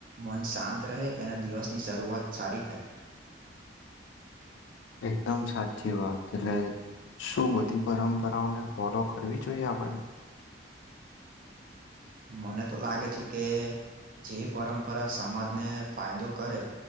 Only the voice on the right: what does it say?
મન શાંત રહે અને દિવસની શરૂઆત સારી થાય.
મને તો લાગે છે કે જે પરંપરા સમાજને ફાયદો કરે